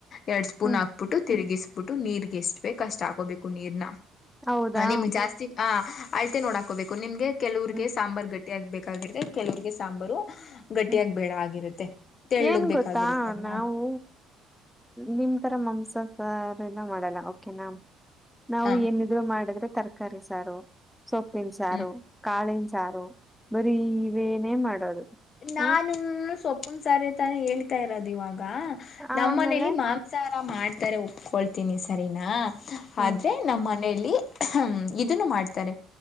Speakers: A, on the left (about 40°); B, in the centre.
A: ಎರಡು ಸ್ಪೂನ್
B: ಹ್ಮ್
A: ಹಾಬಿು ತಿರುಗಿಸಬಟ್ಟು ನೀರ್ಗೆ ಎಷ್ಟ ಬೇಕ ಅಷ್ಟ್ ಆಕೋಬೇಕು ನೀರ್ನ
B: ಹೌದಾ
A: ನಿಮ್ಗೆ ಜಾಸ್ತಿ ಆ ಅಐತೆ ನೋಡಾಕೋಬೇಕು ನಿಮ್ಗೆ ಕೆಲವರಿಗೆ
B: ಹ್ಮ್
A: ಸಾಂಬಾರ್ ಗಟ್ಟಿ ಆಗ್ಬೇಕಾಗಿರುತ್ತೆ ಕೆಲವ್ರರಿಗೆ ಸಾಂಬಾರು ಗಟ್ಟಿಯಾಗಿ
B: ಹ್ಮ್
A: ಬೇಡ ಆಗಿರುತ್ತೆ ತೆಳ್ಳಗ್
B: ಏನ್
A: ಬೇಕಾಗಿರುತ್ತಲ್ವಾ
B: ಗೊತ್ತಾ ನಾವು ನಿಮ ಈ ತರ ಮಾಂಸ ಸಾರ ಎಲ್ಲ ಮಾಡಲ್ಲ ಕೆನಾ ನಾವು
A: ಹ
B: ಏನಿದ್ರು ಮಾಡಿದ್ರೆ ತರ್ಕ ಕ ಸಾರು ಸೊಪ್ಪಿಿಸಾರ
A: ಹ್ಮ್
B: ಕಳಿ ಸಾರು ಬರೀ ಇವೇನೇ ಮಾಡೋದು
A: ನಾನ
B: ಹ
A: ಸೊಪ್ಪನ್ ಸಾರಿ ತಾನೇ ಹೇಳ್ತಾ ಇರೋದು ಇವಾಗ ನಮ್ಮ
B: ಆಮೇಲೆ
A: ಮನಲಿ ಮಾಂಸಾಹ ಎಲ್ಲ ಮಾಡ್ತಾರೆ ಒಪ್ಕೊಳ್ತೀನಿ ಸರಿನಾ
B: ಹ್ಮ್
A: ಆದ್ರೆ ನಮ್ಮ ಮನೆಯಲ್ಲಿ ಹ್ಮ ಇದನ್ನು ಮಾಡ್ತಾರೆ